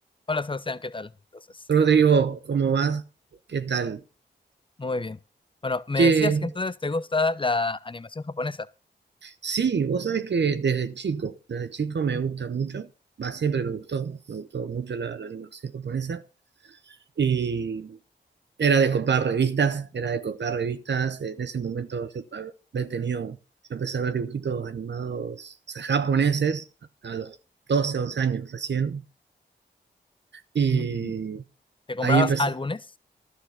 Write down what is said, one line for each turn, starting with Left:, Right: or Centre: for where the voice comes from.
Left: Hola Sebastián, ¿qué tal? Entonces,
Right: Rodrigo, ¿cómo vas? ¿Qué tal?
Left: muy bien. Bueno, me
Right: Que
Left: decías que entonces te gusta la animación japonesa.
Right: sí, vos sabés que desde chico, desde chico me gusta mucho, va, siempre me gustó, me gustó mucho la, la animación japonesa y era de comprar revistas, era de comprar revistas, en ese momento yo había tenido, yo empecé a ver dibujitos animados, o sea, japoneses, a los 12, 11 años recién, y
Left: Mm, ¿Te comprabas
Right: ahí empecé,
Left: álbumes?